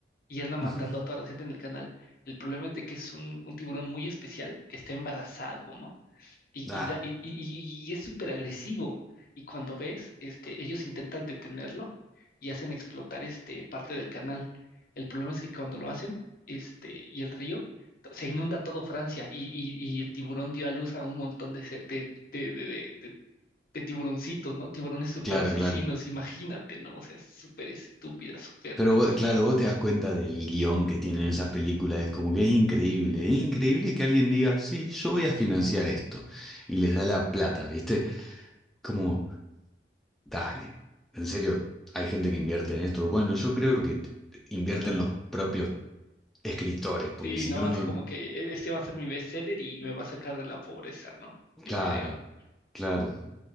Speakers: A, on the left; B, in the centre.
A: y anda matando
B: <laughs>
A: a toda la gente en el canal. El problema es de que es un, un tiburón muy especial que está embarazado, ¿no? Y,
B: Ah,
A: y, da- y, y- y- y es súper agresivo. Y cuando ves, este, ellos intentan detenerlo y hacen explotar este, parte del canal. El problema es que cuando lo hacen, este, y el río, se inunda todo Francia y, y- y el tiburón dio a luz a un montón de, se- de, de, de, de- de de tiburoncitos, ¿no? Tiburones súper
B: claro,
A: asesinos,
B: claro.
A: imagínate, ¿no? O sea, súper estúpida, súper...
B: Pero
A: <laughs>
B: vos- claro, vos te das cuenta del guión que tienen esas películas, es como que es increíble, es increíble que alguien diga, sí, yo voy a financiar esto, y les da la plata, ¿viste? Como, dale, en serio, hay gente que invierte en esto. Bueno, yo creo que t- invierten los propios escritores, porque
A: Sí,
B: si
A: ¿no?
B: no,
A: Así
B: no,
A: como que e- este va a ser mi bestseller y me va a sacar de la pobreza, ¿no? Yo
B: claro,
A: creo.
B: Claro,